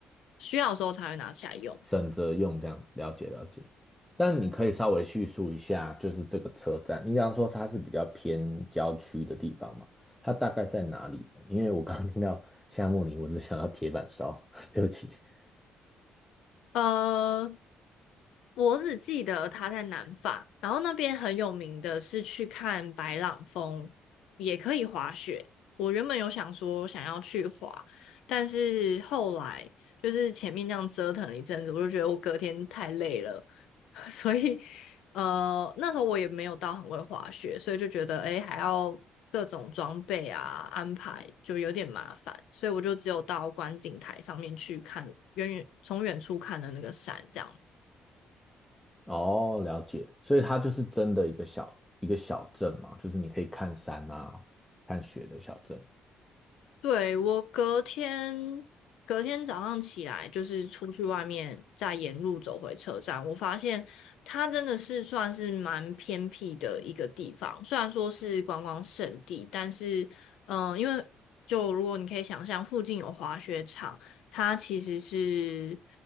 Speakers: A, on the left (about 85°); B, in the centre.
A: 需要的时候才会拿起来用。
B: 省着用这样子，了解了解。但你可以稍微叙述一下，就是这个车站，你刚刚说它是比较偏郊区的地方嘛，它大概在哪里呢？因为我刚刚听到夏慕里，我只想到铁板烧，<laughs> 对不起。<laughs>
A: 呃，我只记得他在南法，然后那边很有名的是去看白朗峰，也可以滑雪。我原本有想说想要去滑，但是后来就是前面这样折腾了一阵子，我就觉得我隔天太累了，<laughs> 所以呃那时候我也没有到很会滑雪，所以就觉得诶还要各种装备啊安排就有点麻烦，所以我就只有到观景台上面去看远远从远处看的那个山这样子。
B: 哦，了解，所以它就是真的一个小一个小镇嘛，就是你可以看山啊、看雪的小镇。
A: 对，我隔天隔天早上起来，就是出去外面，再沿路走回车站，我发现它真的是算是蛮偏僻的一个地方。虽然说是观光胜地，但是，嗯、因为就如果你可以想象，附近有滑雪场，它其实是